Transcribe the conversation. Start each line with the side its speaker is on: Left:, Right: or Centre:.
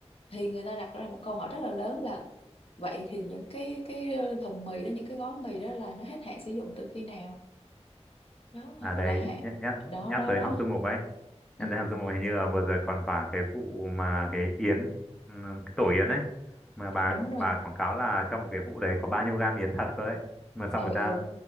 Left: thì người ta đặt ra một câu hỏi rất là lớn là vậy thì những cái cái ờ, thùng mì đó những cái gói mì đó là nó hết hạn sử dụng từ khi nào đó
Centre: À
Left: hoặc
Centre: đấy
Left: là hạ-
Centre: nhắc nhắc
Left: đó
Centre: nhắc
Left: đó
Centre: tới
Left: đó
Centre: Hằng Du Mục ấy.
Left: ừ
Centre: Nhắc tới Hằng Du Mục hình như là vừa rồi còn cả cái vụ mà cái yến ừ, cái tổ yến ấy mà bà
Left: dạ, đúng
Centre: ấy-
Left: rồi
Centre: bà quảng cáo là trong một cái hũ đấy có bao nhiêu gam yến thật cơ đấy. Mà xong
Left: ừ
Centre: người
Left: ừ
Centre: ta